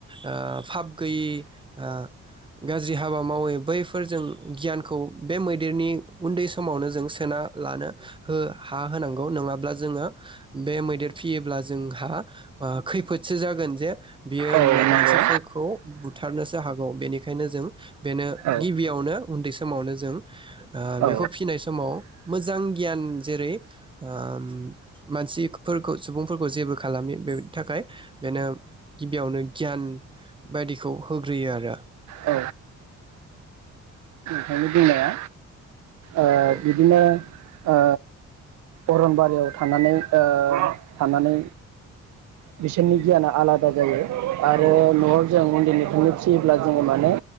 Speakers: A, on the right (about 15°); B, on the right (about 70°).
A: ओ फाब गैयि ओ गाज्रि हाबा मावै बैफोर जों गियानखौ बे मैदेरनि उन्दै समावनो जों सोना लानो हो हा होनांगौ नङाब्ला जोङो बे मैदेर फियोब्ला जोंहा ओ खैफोदसो जागोन जे बियो
B: औ नंगौ
A: मानसिफोरखौ बुथारनोसो हागौ बेनिखायनो जों बेनो
B: औ
A: गिबियावनो उन्दै समावनो जों ओ
B: औ
A: बेखौ फिनाय समाव मोजां गियान जेरै ओ मानसिफोरखौ सुबुंफोरखौ जेबो खालामि बेनि थाखाय बेनो गिबियावनो गियान बायदिखौ होग्रोयो आरो
B: औ नोंनि बुंनाया ओ
A: औ
B: बिदिनो ओ अरनबारियाव थानानै ओ थानानै बिसोरनि गियाना आलादा जायो। आरो
A: औ
B: न'आव जों मन्दिरनि थुनो फिसियोब्ला जोङो माने